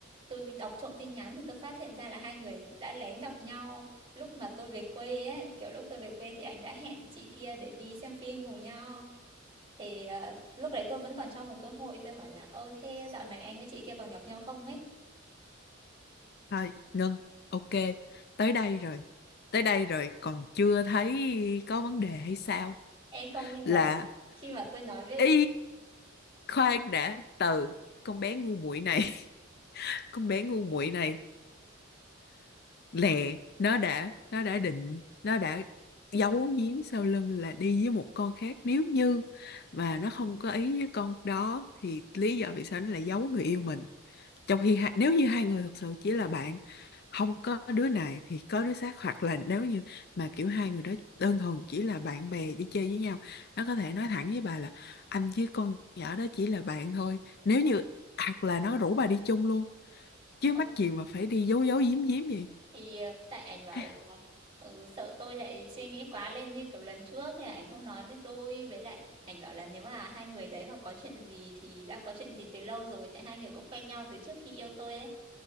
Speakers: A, on the right; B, on the left.
A: tôi đọc trộm tin nhắn thì tôi phát hiện ra là hai người đã lén gặp nhau lúc mà tôi về quê ấy kiểu lúc tôi về quê thì anh đã hẹn chị kia để đi xem phim cùng nhau thì ờ, lúc đấy tôi vẫn còn cho một cơ hội tôi hỏi là ơ thế dạo này anh với chị kia còn gặp nhau không ấy
B: Thôi, ngưng. Ok, tới đây rồi. Tới đây rồi, còn chưa thấy có vấn đề hay sao?
A: em không nhưng
B: Là
A: mà khi mà tôi nói với
B: y khoan đã từ con bé ngu muội này, <laughs> con bé ngu muội này lẹ, nó đã nó đã định, nó đã giấu giếm sau lưng là đi với một con khác nếu như mà nó không có ý với con đó thì lý do vì sao nó lại giấu người yêu mình trong khi hai, nếu như hai người thực sự chỉ là bạn không có đứa này thì có đứa khác hoặc là nếu như mà kiểu hai người đó đơn thuần chỉ là bạn bè đi chơi với nhau nó có thể nói thẳng với bà là anh với con nhỏ đó chỉ là bạn thôi nếu như hoặc là nó rủ bà đi chung luôn chứ
A: ờ
B: mắc gì mà phải đi giấu giấu giếm giếm vậy
A: thì ờ, tại ảnh bảo
B: <laughs>
A: là ừ, sợ tôi lại suy nghĩ quá lên như kiểu lần trước thì ảnh không nói với tôi với lại ảnh bảo là nếu mà hai người đấy mà có chuyện gì thì đã có chuyện gì từ lâu rồi tại hai người cũng quen nhau từ trước khi yêu tôi ấy